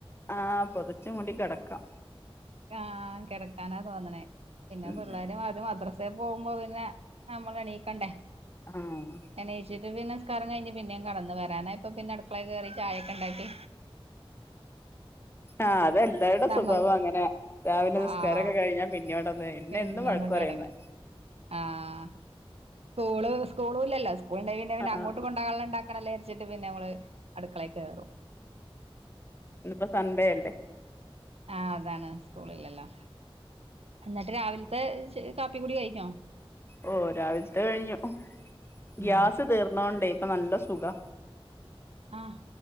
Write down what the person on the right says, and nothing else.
ആഹ് കെടക്കാനാ തോന്ന്ണേ പിന്നെ
പ്ള്ളേരുവാരു മാഡ്രസ്സ്‌ പ്രേ പോമ്പോ പിന്നെ അമ്മള് എണീക്കണ്ടേ
എണീച്ചിട്ട് പിന്നസ്കാരം കയ്ഞ്ഞ്പിന്നേ കടന്നു വരാനായപ്പൊ പിന്നെ അട്ക്കളെൽ കേറി ചായക്കണ്ടാ ക്കി ചായൊക്കെണ്ടാക്കി
നമ്മ
ആഹ്
പിന്നൊന്ന്
കിടക്ക
ആഹ് സ്കൂള് സ്കൂളുല്ലല്ലോ സ്കൂളിണ്ടങ്ങി പിന്നെ പിന്നെ
അങ്ങോട്ട് കൊൺ ടകളെണ്ടാക്കണല്ലേര്ച്ചിട്ട് പിന്നെമ്മള് അട്ക്കളേക്കേറും
ആഹ് താണ് സ്കൂളില്ലല്ലോ ന്നിട്ട് രാവിൽത്തെച് കാപ്പി കുടി കയ്ഞ്ഞോ
ഉം
ആഹ്